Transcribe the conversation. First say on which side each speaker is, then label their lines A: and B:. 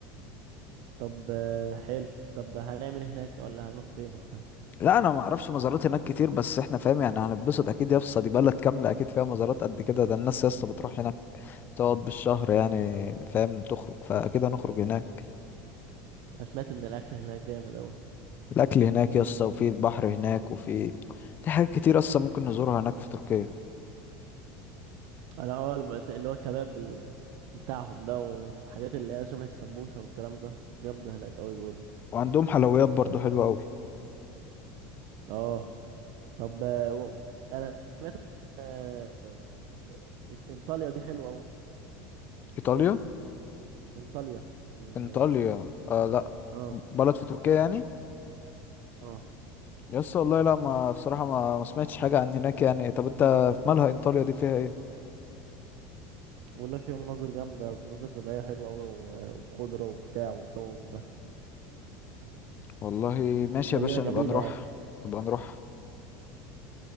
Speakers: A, on the right; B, on the left.
A: طب آه، حلو طب هنعمل هناك ولا هنروح فين ولا
B: لا انا ما اعرفش مزارات هناك كتير بس احنا فاهم يعني هنتبسط اكيد يا اسطى دي بلد كامله اكيد فيها مزارات قد كده ده الناس يا اسطى بتروح هناك تقعد بالشهر يعني فاهم تخرج فاكيد هنخرج هناك
A: انا سمعت ان الاكل هناك جامد اوي
B: الاكل هناك يسطا وفي البحر هناك وفي في حاجات كتير اصلا ممكن نزورها هناك في تركيا
A: انا اه اللي بس- اللي هو الكباب ال- بتاعهم ده والحاجات اللي هي شبه السمبوسه والكلام ده جامده هناك قوي بيقول
B: وعندهم حلويات برضو حلوه قوي
A: اه طب آه، و- انا سمعت آه، آه، انطاليا دي حلوه قوي
B: ايطاليا
A: انطاليا البلد
B: انطاليا آه لا
A: اه
B: بلد في تركيا يعني
A: اه
B: يسطا والله لا ما بصراحه ما, ما سمعتش حاجه عن هناك يعني طب انت مالها انطاليا دي فيها ايه
A: بقول لك فيها مناظر جامده مناظر طبيعيه حلوه قوي وخضره وبتاع والجو من ده
B: والله ماشي
A: مدينه
B: يا باشا نبقى
A: جميله
B: نروح
A: يعني
B: نبقى نروح